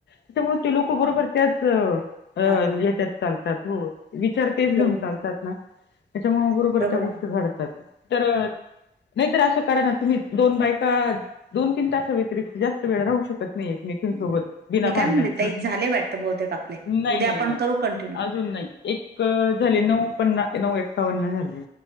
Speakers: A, on the left; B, on the right.
A: त्याच्यामुळे ते लोक बरोबर त्याच अ
B: हां, हां.
A: लेत्यात चालतात. हो. तेच घेऊन
B: बरोबर
A: चालतात
B: आहे.
A: ना? त्याच्यामुळे बरोबर त्या गोष्टी
B: आहे ना.
A: घडतात. तर- नाहीतर असं करा ना तुम्ही दोन बायका दोन तीन तासा व्यतिरिक्त जास्त वेळ राहू शकत- - नाही एकमेकी
B: हं.
A: सोबत.
B: मी
A: भांडणच
B: काय म्हणते ताई झाले वाटतं बहुतेक आपले.
A: नाही
B: उद्या
A: नाही
B: आपण
A: नाही
B: करू कंटिन्यू.
A: अजून नाही. एक झाले नऊ पन्ना नऊ एकावन्न झाले.